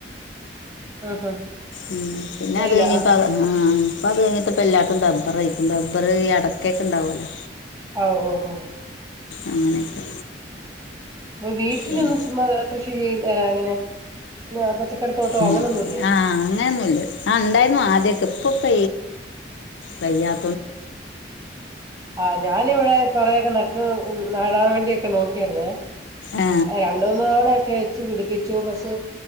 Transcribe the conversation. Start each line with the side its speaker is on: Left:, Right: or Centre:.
Right: ആ ഉം
Left: ഉ പിന്നെ
Right: നെല്ല്
Left: അത് കഴിഞ്ഞിപ്പ
Right: ആഹ്
Left: ആ അപ്പൊ അത് കഴിഞ്ഞിട്ടപ്പ എല്ലാത്തും ഡബർ കയിക്കും ബർ ഈ അടക്കൊക്കെ ഉണ്ടാവൊല്ലോ
Right: ഓ ഓ ഓ
Left: അങ്ങനെയൊക്കെ
Right: ഉ ഇപ്പ വീട്ടിലൊന്നും
Left: പിന്നെ
Right: ചുമ്മാ കൃഷി ചെയ് തരാ ഇങ്ങനെ പച്ചക്കറിത്തോട്ടോ
Left: ഉം
Right: അങ്ങനൊന്നുല്ലേ
Left: ആ അങ്ങൻന്നുല്ല ആ ഉണ്ടായിരുന്നു ആദ്യൊക്കെ ഇപ്പൊ പ്പ വയ്യ
Right: ആ്ഞാനിവിടെ കൊറെയൊക്കെ നട്ട് നടാൻ വേണ്ടിയൊക്കെ നോക്കിരുന്നേ
Left: ആ
Right: രണ്ട മൂന്ന് തവണ ഒക്കെ പിടിപ്പിച്ചു പക്ഷെ